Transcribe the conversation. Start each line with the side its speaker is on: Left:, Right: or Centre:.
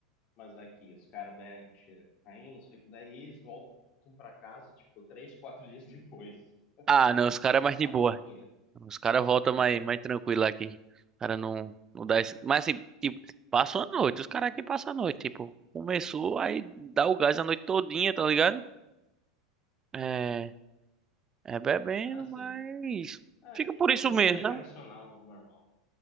Left: Mas aqui, os caras bebem, cheira cocaína, só que daí eles voltam pra casa, tipo, três, quatro dias <laughs> depois.
Right: Ah, não, os caras
Left: até
Right: é mais
Left: acabar
Right: de boa.
Left: o dinheiro.
Right: Os caras voltam
Left: É,
Right: mais, mais tranquilo aqui. O cara não, não dá esse. Mas assim, tipo, passa a noite. Os caras aqui passam a noite. Tipo, começou, aí dá o gás a noite todinha, tá ligado? É, é bebendo,
Left: ah, sim.
Right: mas
Left: Aí
Right: fica por isso
Left: é uso
Right: mesmo,
Left: recreacional
Right: sabe?
Left: normal.